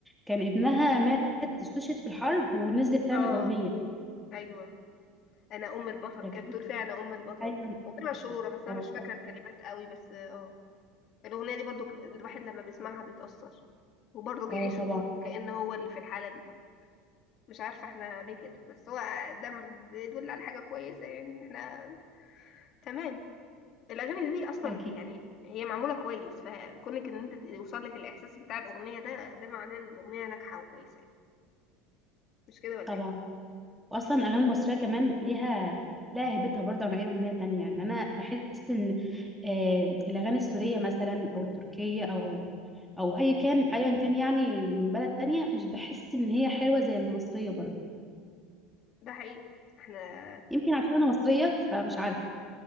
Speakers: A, in the centre; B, on the left.
A: كان ابنها مات استشهد في الحرب ونزلت تعمل
B: اه
A: اغنيه
B: ايوه انا ام البطل
A: فكانت
B: كانت بتقول فيها انا ام البطل
A: ايوه أنا-
B: اغنيه مشهوره
A: أفتكرها.
B: بس انا
A: اه
B: مش فاكره
A: صح
B: الكلمات قوي بس اه الاغنيه دي برضو ك- الواحد لما بيسمعها بيتاثر وبرضو بيعيش
A: اه طبعا
B: الدور وكأن هو اللي في الحاله دي مش عارفه احنا ليه كده بس هو ده م- بيدل على حاجه كويسه يعني ان احنا تمام الاغاني دي اصلا
A: اكيد
B: يعني هي معموله كويس فكونك ان انت يوصل لك الاحساس بتاع الاغنيه ده ده معناه ان الاغنيه ناجحه وكويسه يعني مش كده ولا
A: طبعا
B: ايه
A: واصلا الاغاني المصريه كمان ليها لها هيبتها برضه عن اي اغنيه تانية يعني انا بحس ان آه الاغاني السوريه مثلا او التركيه او او اي كان ايا كان يعني من بلد تانية مش بحس ان هي حلوه زي المصريه برضه
B: ده حقيقي احنا
A: يمكن عشان انا مصريه فمش عارفه